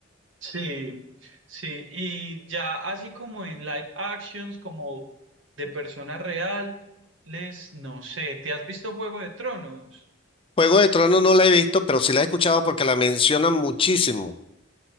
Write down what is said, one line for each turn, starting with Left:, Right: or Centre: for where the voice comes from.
Right: Sí, sí, y ya así como en live actions, como de persona real, les, no sé, ¿te has visto Juego de Tronos?
Left: Juego de Tronos no la he visto, pero sí la he escuchado porque la mencionan muchísimo.